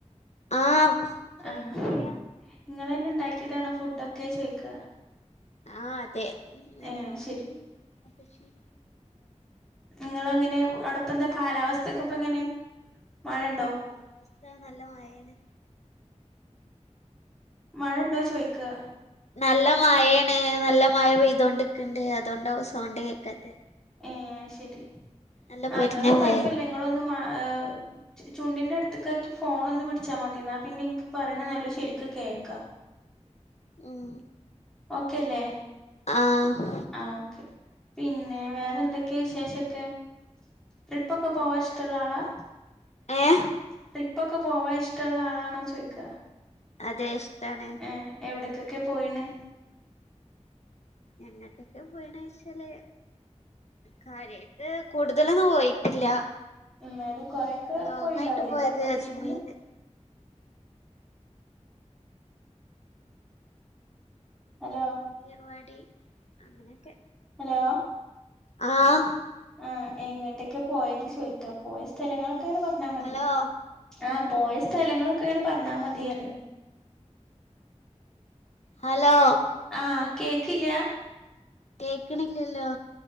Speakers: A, on the left; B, in the centre.
A: ആഹ്. കേക്ക്ണില്ല
B: ആഹ് ഇങ്ങളന്നെ ഇണ്ടാക്കിയതാണോ ഫുഡൊക്കെ ചോയ്ക്ക.
A: ആഹ അതെ ഇന്ന്
B: ഏഹ്
A: ഞാനും
B: ശരി
A: മൂത്തച്ചിം.
B: ഇങ്ങളെങ്ങനെ അവിടപ്പന്താ കാലാവസ്ഥക്കെ ഇപ്പങ്ങനെ മഴണ്ടോ?
A: കാലാവസ്ഥ നല്ല മഴെണ്.
B: മഴണ്ടോ ചോയ്ക്ക.
A: നല്ല മഴെണ് നല്ല മഴ പെയ്തൊണ്ട് ക്ക്ണ്ട് അതോണ്ടാവും സൗണ്ട് കേക്കാത്തെ.
B: ഏഹ് അയ്ശെരി
A: നല്ല
B: ആ
A: പൊരിഞ്ഞ
B: ഇങ്ങള്
A: മഴയാ
B: കൊഴപ്പില്ല ഇങ്ങളൊന്ന് മാ ഏഹ്. ചു ചുണ്ടിന്റെ അടുത്ത്ക്കാക്കി ഫോൺ ഒന്ന് പിടിച്ചാ മതി എന്നാ പിന്നെ എനിക്ക് പറയ്ണ നല്ലോ ശെരിക്ക് കേക്കാ.
A: ഉം.
B: ഓക്കേല്ലേ?
A: ആഹ്.
B: ആ ഓക്കെ പിന്നെ വേറെ എന്തൊക്കെ വിശേഷൊക്കെ? ട്രിപ്പൊക്കെ പോവാൻ
A: വേറെന്താ
B: ഇഷ്ടള്ള ആളാ.
A: ഏഹ്
B: ട്രിപ്പൊക്കെ പോവാൻ ഇഷ്ടള്ള ആളാണോ ചോയിക്ക.
A: അതെ ഇഷ്ടാണ്.
B: ഏഹ് എവിടക്കൊക്കെ പോയിണ്?
A: എങ്ങട്ടൊക്കെ പോയിണ്ചോയ്ച്ചാല്. കാര്യയിട്ട് കൂടുതലൊന്നും പോയിട്ടില്ല.
B: എന്നാലും കൊറെയൊക്കെ
A: ലോങ്ങായിട്ട്
B: പോയിണ്ടാവൂലേ
A: പോയത്
B: ചെറുപ്പത്തിലെങ്കിലും
A: അജ്മീറ്.
B: ഹലോ.
A: ഏർവാടി അങ്ങനെയൊക്കെ.
B: ഹലോ.
A: ആഹ്.
B: ആഹ് എങ്ങട്ടെക്കെ പോയത് ചോയിക്ക പോയ സ്ഥലങ്ങളൊക്കെ ഇങ്ങനെ പറഞ്ഞാ മതി.
A: ഹലോ
B: ആഹ് പോയ സ്ഥലങ്ങളൊക്കെ ഇങ്ങനെ പർണാമതി അറ്യാ.
A: ഹലോ.
B: ആഹ് കേക്കില്ല്യാ.
A: കേക്ണില്ല്യല്ലോ.